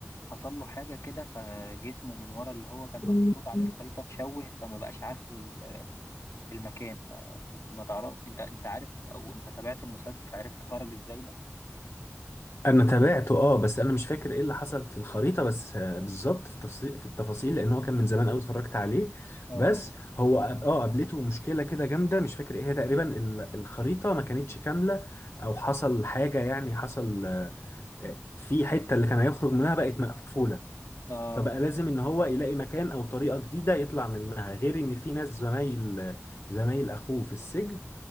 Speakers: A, on the left (about 75°); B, on the left (about 60°).
A: حصل له حاجة كده فجسمه من ورا اللي هو كان مفروض
B: مم.
A: عليه الخريطة اتشوه فما بقاش عارف ال- المكان فما تعرف انت انت عارف او انت تابعت المسلسل عرفت خرج ازاي ده
B: انا تابعته اه بس انا مش فاكر ايه اللي حصل في الخريطه بس آه، بالظبط في التفاصيل في التفاصيل لان هو كان من زمان قوي اتفرجت عليه
A: اه
B: بس هو قاب- اه قابلته مشكله كده جامده مش فاكر ايه هي تقريبا ال- الخريطه ما كانتش كامله او حصل حاجه يعني حصل آه، آه، في حته اللي كان هيخرج منها بقت مقفوله
A: اه
B: فبقى لازم ان هو يلاقي مكان او طريقه جديده يطلع منها غير ان في ناس زمايل زمايل اخوه في السجن